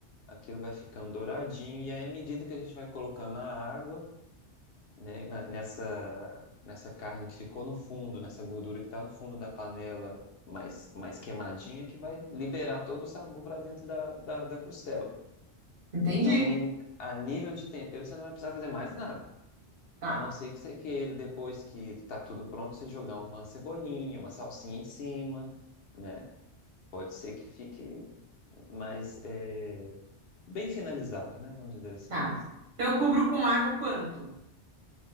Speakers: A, on the left; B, on the right.
A: Aquilo vai ficando douradinho. E aí, à medida que a gente vai colocando a água, né, na- nessa, nessa carne que ficou no fundo, nessa gordura que está no fundo da panela, mais, mais queimadinha, que vai liberar todo o sabor para dentro da, da, da costela.
B: Entendi.
A: Então, em- a nível de tempero, você não vai precisar fazer mais nada.
B: Tá,
A: A não ser que você queira, depois que está tudo pronto, você jogar uma cebolinha, uma salsinha em cima, né? Pode ser que fique mais eh, bem finalizado, né? Vamos dizer assim.
B: tá. Então eu cubro com água quanto?